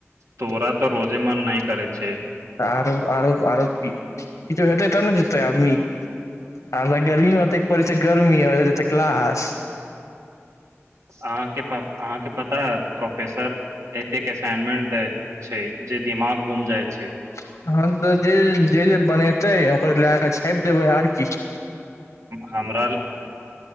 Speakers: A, on the right; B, on the left.
A: तोरा तऽ रोजे मन नहि करै छै
B: आरो आरो आरो क किछो हेतै तब ने जेतै आदमी आ हम गर्मी पड़ै छै गर्मी जेतै कलास
A: अहाँ के प अहाँके पता प्रोफेसर एतेक असाइनमेंट दे छै जे दिमाग होम जाइत छै
B: हँ जे जे जे बनेतै ओकर लए कऽ छापि देबै आर किछ
A: हमरा